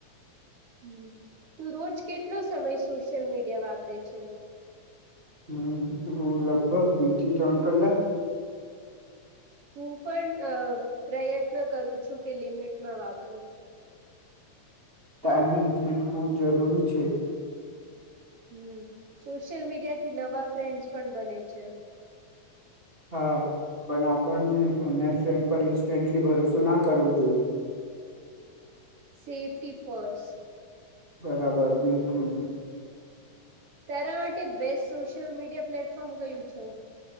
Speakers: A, on the right; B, on the right.
A: હમ તો રોજ કેટલો સમય સોશિયલ મીડિયા વાપરે છે.
B: હમ હુ લગભગ બે થી ત્રણ કલાક
A: હું પણ અ પ્રયત્ન કરું છું કે લિમિટમાં વાપરું
B: ટાાઈમ મેનેજમેન્ટ ખૂબ જરૂરી છે.
A: હમ સોશિયલ મીડિયા થી નવા ફ્રેન્ડસ પણ બને છે.
B: હા પણ આપણને ઓનલાઈન ફેન્ટ પર ઇન્સ્ટન્ટલી ભરોસો ના કરવો જોઈએ
A: સેફ્ટી ફર્સ્ટ
B: બરાબર બિલકુલ
A: તારા માટે બેસ્ટ સોશિયલ મીડિયા પ્લેટફોર્મ કયું છે.